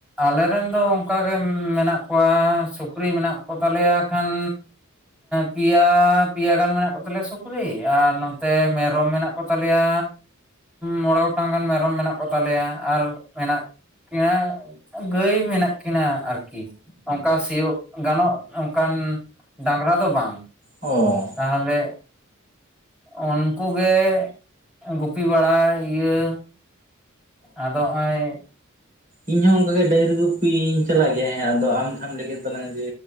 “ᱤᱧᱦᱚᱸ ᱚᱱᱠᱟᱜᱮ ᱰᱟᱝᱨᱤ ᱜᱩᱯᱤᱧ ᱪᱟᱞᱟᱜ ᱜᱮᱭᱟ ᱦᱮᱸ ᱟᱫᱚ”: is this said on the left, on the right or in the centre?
Right